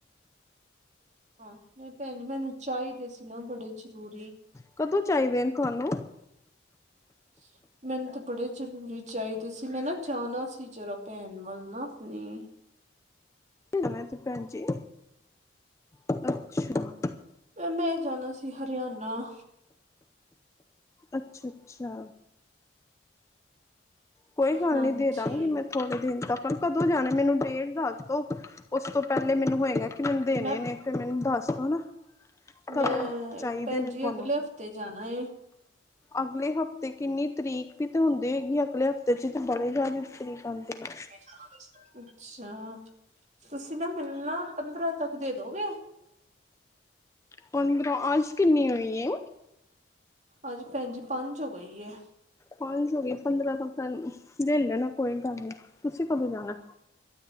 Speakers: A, on the right; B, on the left.
A: ਹਾਂ, ਨਹੀਂ ਭੈਣ ਜੀ ਮੈਨੂੰ ਚਾਹੀਦੇ ਸੀ ਨਾ, ਬੜੇ ਜ਼ਰੂਰੀ।
B: ਕਦੋਂ ਚਾਹੀਦੇ ਨੇ, ਤੁਹਾਨੂੰ?
A: <unintelligible> ਮੈਨੂੰ ਤਾਂ ਬੜੇ ਜ਼ਰੂਰੀ ਚਾਹੀਦੇ ਸੀ, ਮੈਂ ਨਾ ਜਾਣਾ ਸੀ ਜਰਾ ਭੈਣ ਵੱਲ ਨਾ, ਆਪਣੀ
B: ਹੁਣੇ, ਤੇ ਭੈਣ ਜੀ ਅੱਛਾ
A: ਮੈਂ ਜਾਣਾ ਸੀ, ਹਰਿਆਣਾ।
B: ਅੱਛਾ-ਅੱਛਾ। ਕੋਈ ਗੱਲ
A: ਹਾਂਜੀ
B: ਨਹੀ, ਦੇ ਦਾਂਗੀ ਮੈਂ ਥੋੜੇ ਦਿਨ ਤੱਕ, ਕਦੋਂ ਜਾਣਾ ਮੈਨੂੰ ਡੇਟ ਦੱਸ ਦੋ ਉਸ ਤੋਂ ਪਹਿਲੇ ਮੈਨੂੰ ਹੋਏਗਾ, ਕਿ ਮੈਨੂੰ ਦੇਣੇ
A: ਮੈਂ
B: ਨੇ ਫੇਰ ਮੈਨੂੰ ਦੱਸ ਦੋ ਨਾ ਕਦੋਂ
A: ਮੈਂ
B: ਚਾਹੀਦੇ
A: ਭੈਣ
B: ਨੇ
A: ਜੀ,
B: ਤੁਹਾਨੂੰ?
A: ਅਗਲੇ ਹਫ਼ਤੇ ਜਾਣਾ ਏ।
B: ਅਗਲੇ ਹਫ਼ਤੇ ਕਿੰਨੀ ਤਰੀਕ ਵੀ ਤਾਂ ਹੁੰਦੀ ਹੈਗੀ, ਅਗਲੇ ਹਫ਼ਤੇ ਤੇਸ਼ ਚ ਤੇ ਬੜੇ ਜ਼ਿਆਦਾ ਤਰੀਕ ਆਉਂਦੀ ਆ।
A: <unintelligible> ਅੱਛਾ, ਤੁਸੀਂ ਨਾ ਮੈਨੂੰ ਨਾ ਪੰਦਰਾਂ ਤੱਕ ਦੇ ਦੋਗੇ?
B: ਪੰਦਰਾਂ, ਅੱਜ ਕਿੰਨੀ ਹੋਈ ਏ?
A: ਅੱਜ, ਭੈੰਜੀ ਪੰਜ ਹੋ ਗਈ ਏ
B: ਪੰਜ ਹੋ ਗਈ, ਪੰਦਰਾਂ ਤੱਕ ਲੈ ਲੈਣਾ, ਕੋਈ ਗੱਲ ਨੀ, ਤੁਸੀਂ ਕਦੋਂ ਜਾਣਾ?